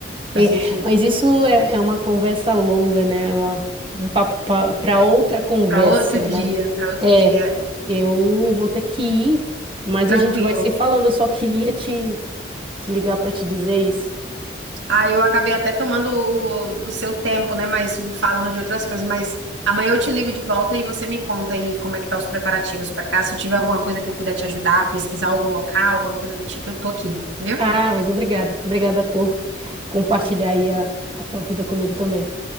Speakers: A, on the right (about 75°); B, on the right (about 25°).
A: Faz
B: É,
A: sentido.
B: mas isso é, é uma conversa longa, né? É uma- um papo para outra conversa,
A: Para outro dia,
B: né?
A: para outro
B: É,
A: dia.
B: eu vou ter que ir, mas
A: Tranquilo.
B: a gente vai se falando. Eu só queria te, te ligar para te dizer isso.
A: Ah, eu acabei até tomando o, o seu tempo, né? Mas falando de outras coisas. Mas amanhã eu te ligo de volta e você me conta aí como é que tá os preparativos para cá. Se eu tiver alguma coisa que eu puder te ajudar, pesquisar algum local, alguma coisa do tipo, eu tô aqui, viu?
B: Ah, mas obrigada. Obrigada por compartilhar aí a, a tua vida comigo também.